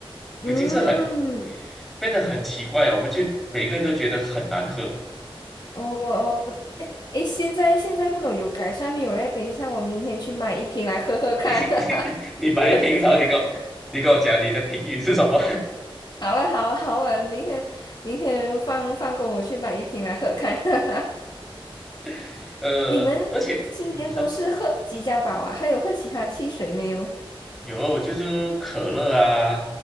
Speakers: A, on the left (about 45°); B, in the centre.
A: 嗯，
B: 已经是很变得很奇怪了我们就每一个人都觉得很难喝。
A: 哦哦，诶，现在现在不懂有改善没有嘞？等一下，我明天去买一瓶来喝喝看，
B: <laughs>
A: <laughs>
B: 你买一瓶，
A: 因为我之前
B: 然后你跟，我你跟我讲你的评语是什么？
A: 好啊好啊好啊，明天明天放放工我去买一瓶来喝看。<laughs>
B: <laughs> 呃，
A: 你们今年都是喝吉家宝啊？
B: 而且，嗯，你说。
A: 还有喝其他汽水没有？
B: 有，就是可乐啊，